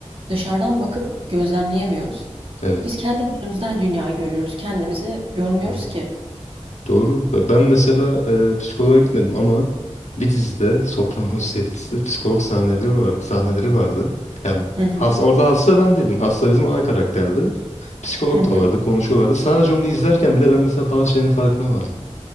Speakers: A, on the right (about 50°); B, on the left (about 85°).
A: dışarıdan bakıp gözlemleyemiyoruz.
B: evet.
A: Biz kendi gözümüzden dünyayı görüyoruz. Kendimizi görmüyoruz
B: Hı-hı.
A: ki.
B: Doğru. Ve Ben mesela e, psikoloğa gitmedim ama bir dizide, <laughs> Sopranos diye bir dizide psikolog sahneleri var, sahneleri vardı. Yani
A: Hı hı.
B: has, orada hasta ben değildim. Hasta bizim ana karakterdi. Psikolog
A: Hı hı.
B: da vardı, konuşuyorlardı. Sadece onu izlerken bile ben mesela bazı şeylerin farkına vardım.